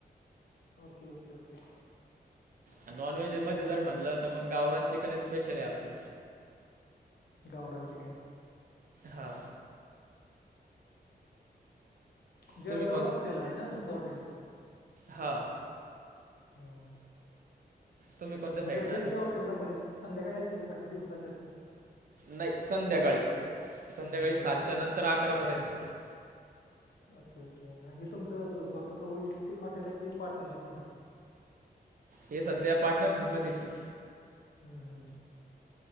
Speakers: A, on the left; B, on the right.
A: Okay okay okay.
B: आणि नॉनव्हेजमध्ये जर म्हटलं, तर मग गावरान चिकन हे स्पेशल आहे आपलं.
A: गावरन चिकन.
B: हो.
A: जळगाव
B: तुम्ही
A: रस्त्याला आहे ना तुमचं हॉटेल?
B: हा.
A: हम्म
B: तुम्ही कोणत्या साईडनं
A: गर्दी
B: आले
A: असत्या हॉटेलला बरीच? संध्याकाळी असते का स दिवसाची असते?
B: नाही संध्याकाळी संध्याकाळी
A: संध्याकाळीच
B: सातच्या
A: असते
B: नंतर अकरापर्यंत
A: ओके ओके. हे तुमचं स्वतःच वैयक्तिक हॉटेल आहे की पार्टनरशिपमधी?
B: हे सध्या पार्टनरशिप मध्येच आहे.
A: हम्म हम्म.